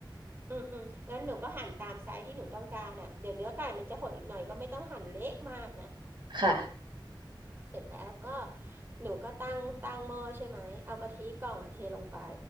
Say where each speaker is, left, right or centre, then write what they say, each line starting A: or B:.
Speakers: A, on the right; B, on the right.
A: อืมอืมงั้นหนูก็หั่นตามไซส์ที่หนูต้องการอ่ะเดี๋ยวเนื้อไก่มันจะหดอีกหน่อยก็ไม่ต้องหั่นเล็กมากนะ
B: ค่ะ
A: เออ เสร็จแล้วก็หนูก็ตั้งตั้งหม้อใช่ไหมเอากะทิกล่องอะเทลงไป